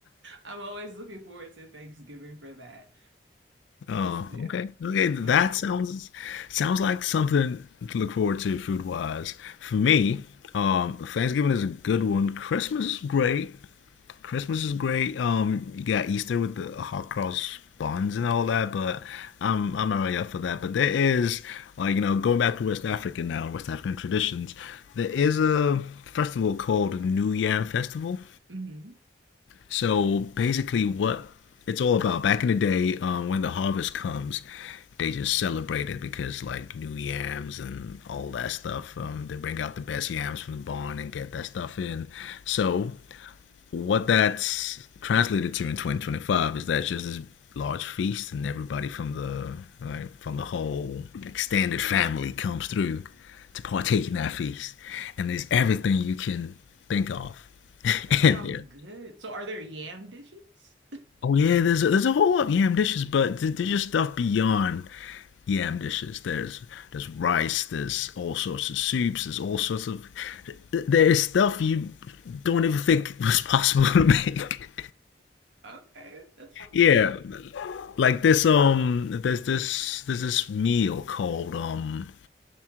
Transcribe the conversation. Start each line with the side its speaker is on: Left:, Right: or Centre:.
Right: I'm always looking forward to Thanksgiving for that.
Left: Oh,
Right: This, yeah,
Left: okay, okay.
Right: that's
Left: That
Right: my favorite.
Left: sounds sounds like something to look forward to food wise. For me, um, Thanksgiving is a good one. Christmas is great. Christmas is great. Um, you got Easter with the hot cross buns and all that, but I'm I'm not really up for that. But there is like you know going back to West Africa now, West African traditions. There is a festival called New Yam Festival.
Right: hmm
Left: So basically, what it's all about. Back in the day, um, when the harvest comes, they just celebrate it because like new yams and all that stuff. Um, they bring out the best yams from the barn and get that stuff in. So what that's translated to in 2025 is that it's just this large feast, and everybody from the like, from the whole extended family comes through to partake in that feast, and there's everything you can think of <laughs>
Right: That sounds
Left: in there.
Right: good. So are there yam dishes?
Left: Oh yeah, there's a, there's a whole lot of yam dishes, but th- there's just stuff beyond yam dishes. There's there's rice, there's all sorts of soups, there's all sorts of there is stuff you don't even think was possible <laughs> to make.
Right: Okay, that sounds
Left: Yeah,
Right: cool.
Left: like this um there's this there's this meal called um